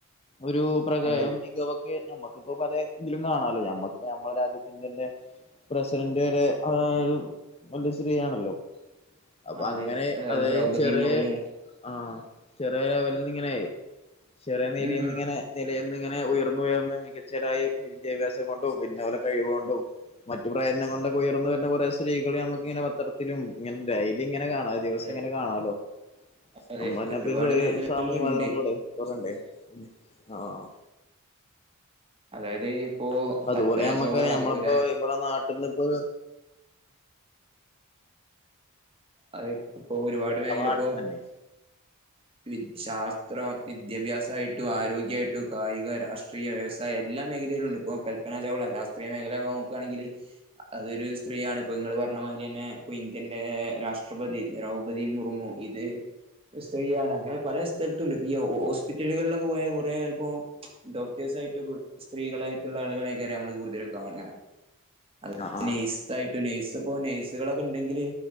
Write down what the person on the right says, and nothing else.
അതെ
അതെ
ദ്രൗപതി
മുർമു
ഉം ഉം
അതെ
അതെ
അതെ
ഒരുപാട് മേഖലകളിലുണ്ട്
അതായത് ഇപ്പോ
കൽപ്പന
ചൗള
അതുപോലെ
അത് ഇപ്പൊ ഒരുപാട് മേഖല
ഇപ്പോ വി ശാസ്ത്ര വിദ്യാഭ്യാസായി ആരോഗ്യയിട്ടും കായിക രാഷ്ട്രീയ വ്യവസായം എല്ലാ മേഖലയിലുണ്ട് ഇപ്പോ കൽപ്പന ചൗള റേ മേഖലകള് നോക്കുക്കാണെങ്കില് അതൊരു സ്ത്രീയാണ് പ്പ ങ്ങള് ർഞ്ഞമാരിന്നെ ഇന്ത്യന്റെ രാഷ്ട്രപതി ദ്രൗപതി മുർമു ഇത് രു സ്ത്രീയാണ് അങ്ങനെ പല സ്ഥല ണ്ട്പ് ഹോസ്പിറ്റലുകളിലൊക്കെ പോയാ കൊറേ അല്പ്പം ഡോക്ടേഴ് ആയിട്ട് സ്ത്രീകളായിട്ട്ള്ള ആളുകളേക്ക നമ്മള് കൂടുതൽ കാണ അ
ഈ തായിട്ടും നഴ്സ്പ്പോ നഴ്സുകളൊക്കെണ്ടെങ്കില്